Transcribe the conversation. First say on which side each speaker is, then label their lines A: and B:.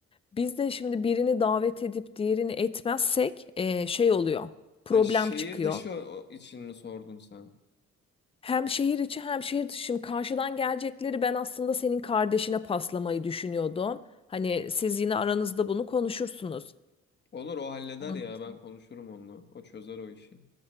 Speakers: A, on the left; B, on the left.
A: Biz de şimdi birini davet edip diğerini etmezsek eee, şey oluyor problem
B: Ha şehir
A: çıkıyor.
B: dışı o- o için mi sordun sen?
A: Hem şehir içi hem şehir dışı Şimdi karşıdan gelecekleri ben aslında senin kardeşine paslamayı düşünüyordum. Hani siz yine aranızda bunu konuşursunuz.
B: Olur o halleder
A: Anladım.
B: ya ben konuşurum onunla. O çözer o işi.